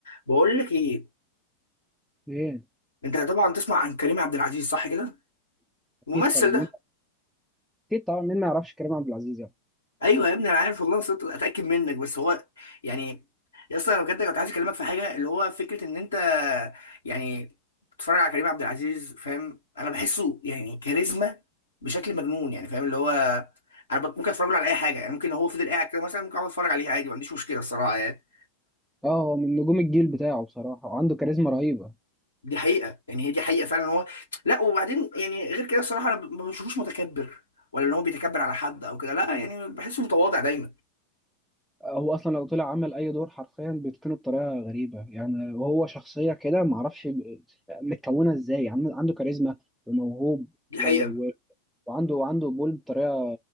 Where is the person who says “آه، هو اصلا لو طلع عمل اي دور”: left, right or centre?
Centre